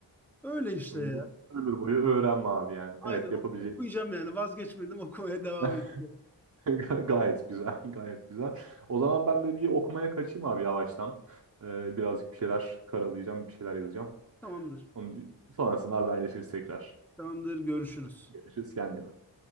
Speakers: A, in the centre; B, on the right (about 40°).
A: öyle
B: <laughs>
A: işte
B: Yok,
A: ya.
B: ömür boyu öğrenme abi yani.
A: Aynen
B: Evet
A: ok-
B: yapabileceğim.
A: okuyacağım yani vazgeçmedim okumaya devam
B: <laughs>
A: edeceğim.
B: Ga- Gayet güzel, gayet güzel. O zaman ben de bir okumaya kaçayım abi yavaştan. Ee, birazcık bir şeyler karalayacağım, bir şeyler yazacağım.
A: Tamamdır.
B: Onun sonrasında haberleşiriz tekrar.
A: Tamamdır görüşürüz.
B: Görüşürüz, kendine iyi bak.